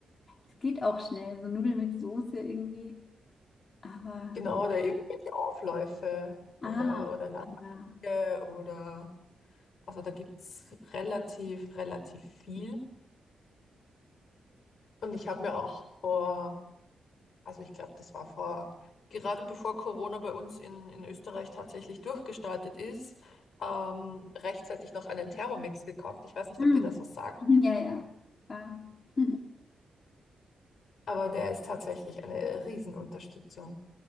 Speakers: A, on the left (about 50°); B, on the left (about 65°).
A: es geht auch schnell, so Nudeln mit Soße irgendwie. Aber,
B: Genau, oder Mhm. irgendwelche Aufläufe
A: ah,
B: oder, oder
A: ja.
B: Lasagne oder also da gibt es relativ, relativ viel. Und ich habe mir auch vor, also ich glaube, das war vor, gerade bevor Corona bei uns in, in Österreich tatsächlich durchgestartet ist, ähm, rechtzeitig noch einen Thermomix gekauft. Ich weiß nicht,
A: Hm.
B: ob dir das was sagt,
A: <laughs> Ja, ja, klar. <laughs>
B: aber der ist tatsächlich eine Riesenunterstützung.